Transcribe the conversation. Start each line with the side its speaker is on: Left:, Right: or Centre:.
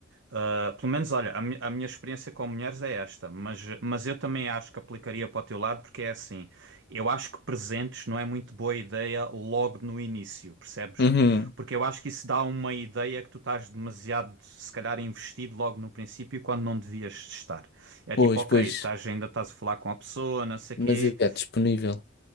Right: ah, pelo menos, olha, a, mi- a minha experiência com mulheres é esta, mas, mas eu também acho que aplicaria para o teu lado, porque é assim, eu acho que presentes não é muito boa ideia logo no início, percebes?
Left: Uhum.
Right: Porque eu acho que isso dá uma ideia que tu estás demasiado, se calhar, investido logo no princípio quando não devias estar. É tipo,
Left: Pois,
Right: ok,
Left: pois,
Right: estás, ainda estás a falar com a pessoa, não sei o
Left: mas
Right: quê.
Left: é disponível.